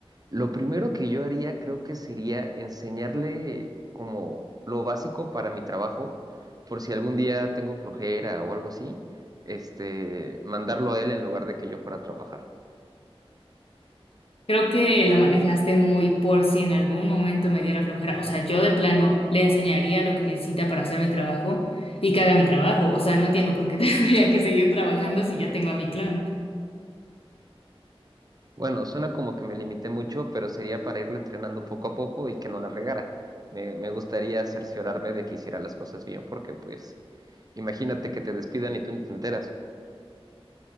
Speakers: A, on the right (about 40°); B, on the left (about 65°).
A: Lo primero que yo haría, creo que sería enseñarle como lo básico para mi trabajo, por si algún día tengo flojera o algo así, este, mandarlo a él en lugar de que yo fuera a trabajar.
B: Creo que lo manejaste muy por si en algún momento me diera flojera. O sea, yo de plano le enseñaría lo que necesita para hacer mi trabajo y que haga mi trabajo. O sea, no entiendo por qué <laughs> tendría que seguir trabajando si ya tengo a mi clon.
A: Bueno, suena como que me limité mucho, pero sería para irlo entrenando poco a poco y que no la regara. Me, me gustaría cerciorarme de que hiciera las cosas bien, porque pues imagínate que te despidan y tú ni te enteras.